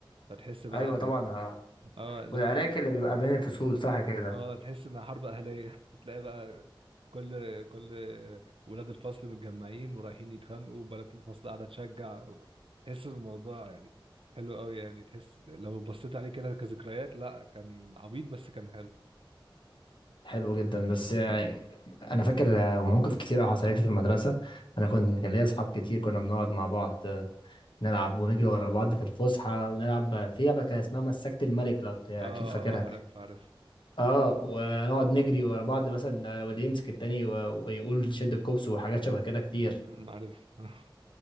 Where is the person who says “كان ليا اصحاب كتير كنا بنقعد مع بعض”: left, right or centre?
Left